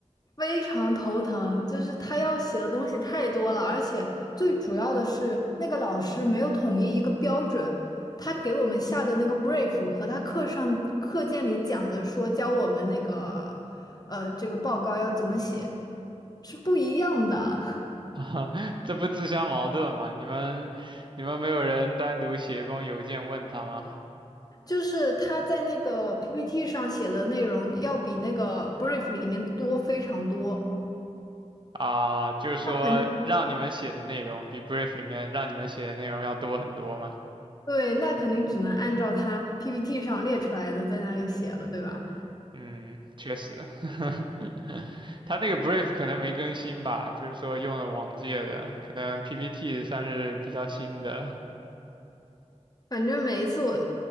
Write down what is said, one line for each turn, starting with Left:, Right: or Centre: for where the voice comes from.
Left: 非常头疼，就是他要写的东西太多了，而且最主要的是那个老师没有统一一个标准，他给我们下的那个 brief 和他课上课件里讲的说教我们那个呃这个报告要怎么写是不一样的。<laughs>
Right: 啊，这不自相矛盾吗？你们你们没有人单独写一封邮件问他吗？
Left: 就是他在那个 PPT 上写的内容要比那个 brief 里面多非常多，
Right: 啊，就是说让你们写的内容比
Left: 他肯定
Right: brief 里面让你们写的内容要多很多吗？
Left: 对，那肯定只能按照他 PPT 上列出来的在那里写了，对吧？
Right: 嗯，确实，<laughs> 他那个 brief 可能没更新吧，就是说用了往届的，可能 PPT 算是比较新的。
Left: 反正每一次我